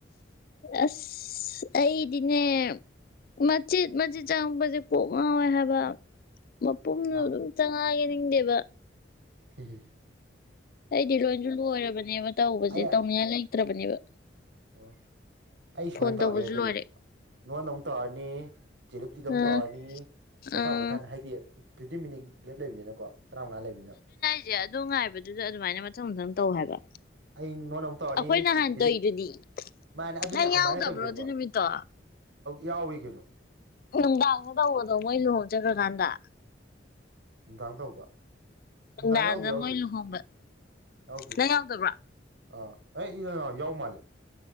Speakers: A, on the left (about 50°); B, on the right (about 70°).
A: ꯑꯁ ꯑꯩꯗꯤꯅꯦ ꯃꯆꯤꯠ ꯃꯆꯤꯠ ꯆꯪꯕꯁꯦ ꯀꯣꯛꯛ ꯉꯥꯎꯋꯦ ꯍꯥꯏꯕ ꯃꯄꯨꯝꯗꯨꯗ
B: ꯅꯥ
A: ꯑꯗꯨꯝ ꯆꯪꯉꯛꯑꯒꯦ ꯅꯤꯡꯗꯦꯕ
B: ꯍꯝ
A: ꯑꯩꯗꯤ ꯂꯣꯏꯁꯨ ꯂꯣꯏꯔꯕꯅꯦꯕ ꯇꯧꯕꯁꯦ
B: ꯑꯩ
A: ꯇꯧꯅꯤꯉꯥꯏ ꯂꯩꯇ꯭ꯔꯕꯅꯦꯕ
B: ꯑꯣ ꯑꯩ ꯁꯨꯃꯥꯏꯅ
A: ꯐꯣꯟ
B: ꯇꯧꯋꯥꯒꯦꯔ
A: ꯇꯧꯕꯁꯨ
B: ꯑꯗꯨꯗꯤ
A: ꯂꯣꯏꯔꯦ
B: ꯅꯣꯟꯗ ꯑꯃꯨꯛ ꯇꯧꯔꯅꯤ ꯆꯦꯂꯞꯇꯤꯗ ꯑꯃꯨꯛ
A: ꯑꯥ
B: ꯇꯧꯔꯅꯤ ꯄꯣꯊꯥ
A: ꯑꯥ
B: ꯄꯣꯊꯥꯅꯤ ꯍꯥꯏꯗꯤ ꯐꯤꯞꯇꯤꯟ ꯃꯤꯅꯤꯠ ꯒꯞ ꯂꯩꯕꯅꯤꯅꯀꯣ ꯇꯔꯥꯃꯉꯥ ꯂꯩꯕꯅꯤꯅ
A: ꯑꯦ ꯑꯗꯣ ꯉꯥꯏꯕꯗꯨꯗ ꯑꯗꯨꯃꯥꯏꯅ ꯃꯊꯪ ꯃꯊꯪ ꯇꯧ ꯍꯥꯏꯕ
B: ꯑꯩ ꯉꯣꯟꯗ ꯑꯃꯨꯛ ꯇꯧꯔꯅꯤ
A: ꯑꯩꯈꯣꯏ ꯅꯍꯥꯟ ꯇꯧꯔꯤꯗꯨꯗꯤ
B: ꯗꯤꯞ <inaudible> <unintelligible> ꯃꯥꯥꯏꯅ ꯑꯗꯨꯅꯦ
A: ꯅꯪ
B: ꯑꯗꯨꯃꯥꯏꯅ
A: ꯌꯥꯎꯗꯕ꯭ꯔꯣ
B: ꯅꯥꯠꯇꯕꯤꯗꯅꯤꯀꯣ
A: ꯑꯗꯨ ꯅꯨꯃꯤꯠꯇꯣ
B: ꯌꯥꯎꯑꯦ ꯀꯩꯅꯣ
A: ꯅꯨꯡꯗꯥꯡꯗ ꯇꯧꯕꯗꯣ ꯃꯣꯏ ꯂꯨꯍꯣꯡ ꯆꯈ꯭ꯔꯀꯥꯟꯗ
B: ꯅꯨꯡꯗꯥꯡ ꯇꯧꯕ
A: ꯅꯨꯡꯗꯥꯡꯗ
B: ꯅꯨꯡꯗꯥꯡ ꯌꯥꯎꯗꯣ ꯌꯥꯎꯗꯣ
A: ꯃꯣꯏ ꯂꯨꯍꯣꯡꯕ
B: ꯌꯥꯎꯗꯦ
A: ꯅꯪ ꯌꯥꯎꯗꯕ꯭ꯔꯣ
B: ꯑ <unintelligible> ꯃꯥꯜꯂꯦ